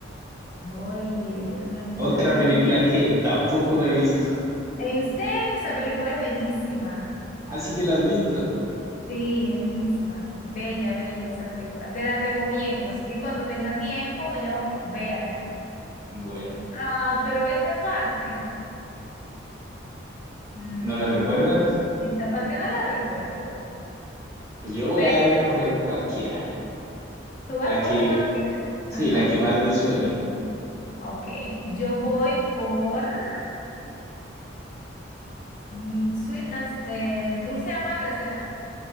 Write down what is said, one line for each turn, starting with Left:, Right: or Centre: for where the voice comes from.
Left: Oye, yo no me... <laughs>
Right: Otra
Left: deja- déjame-
Right: película que tampoco me he visto.
Left: En serio, esa película es bellísima.
Right: ¿Ah, sí te la has visto?
Left: Sí, es bellísima. Bella, bella esa película. Te la recomiendo. Así que cuando tenga tiempo, yo, véala.
Right: Bueno,
Left: Ah, pero esta parte, mm,
Right: ¿no la recuerdas?
Left: esta parte no la recuerdo.
Right: Pues yo voy
Left: Pero
Right: a escoger cualquiera,
Left: tú vas
Right: la
Left: a escoger
Right: que,
Left: cualquiera.
Right: sí,
Left: Ajá.
Right: la que más me suene.
Left: Ok, yo voy por mm, sweet and eh, dulce amarga, ¿será?